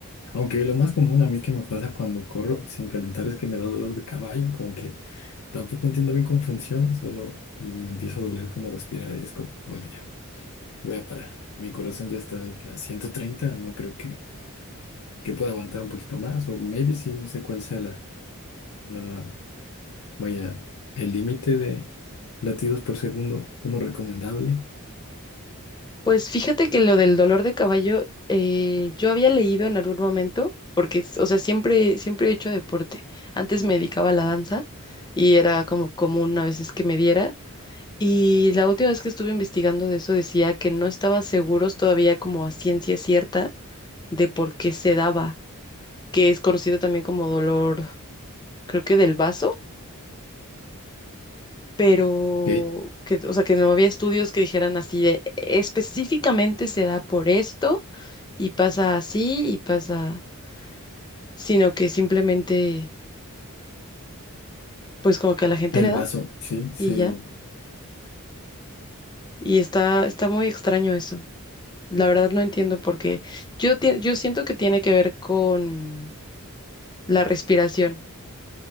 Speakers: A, on the left; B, on the left.
A: Aunque lo más común a mí que me pasa cuando corro sin calentar es que me da dolor de caballo, como que Tampoco entiendo bien cómo funciona, solo me empieza a doler como respirar y es como, bueno, ya, voy a parar. Mi corazón ya está a 130, no creo que, que pueda aguantar un poquito más, o maybe sí, no sé cuál sea la, la vaya, el límite de latidos por segundo como recomendable.
B: Pues fíjate que lo del dolor de caballo, eh, yo había leído en algún momento, porque, s- o sea, siempre, siempre he hecho deporte. Antes me dedicaba a la danza y era como común a veces que me diera. Y la última vez que estuve investigando de eso decía que no estaban seguros todavía como a ciencia cierta de por qué se daba. que es conocido también como dolor, creo que del vaso, pero
A: que
B: que, o sea, que no había estudios que dijeran así de específicamente se da por esto y pasa así y pasa, sino que simplemente, pues como que a la gente
A: El
B: le da
A: vaso, sí, se
B: y ya. Y está, está muy extraño eso. La verdad no entiendo por qué. Yo, tie- yo siento que tiene que ver con la respiración.